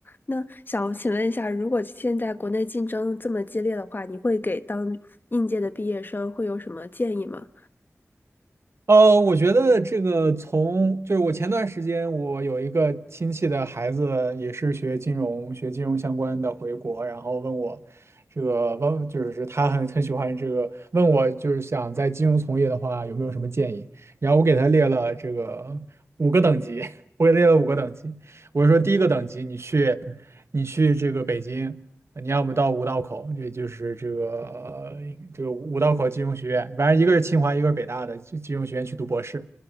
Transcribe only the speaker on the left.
那想请问一下，如果现在国内竞争这么激烈的话，你会给当应届的毕业生会有什么建议吗？